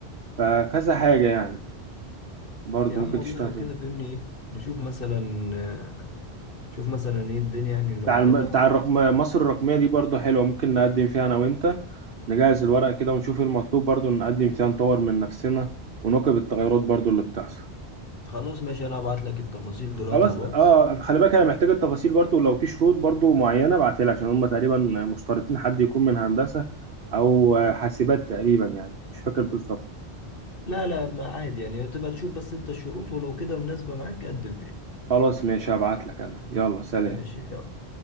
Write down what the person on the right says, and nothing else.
فكذا حاجة يعني برضو
ممكن
تشتغل
فيهم
بتاع الم...
بتاع
الرقم... مصر الرقمية دي برضو حلوة ممكن نقدم فيها أنا وأنت نجهز الورق كده ونشوف إيه المطلوب برضو نقدم فيها نطور من نفسنا ونواكب التغيرات برضو اللي بتحصل
خلاص
اه خلي بالك انا محتاج التفاصيل برضو لو في شروط برضو معينه ابعتها لي عشان هم تقريبا مشترطين حد يكون من هندسه او حاسبات تقريبا يعني مش فاكر بالظبط
خلاص ماشي هبعت لك انا يلا سلام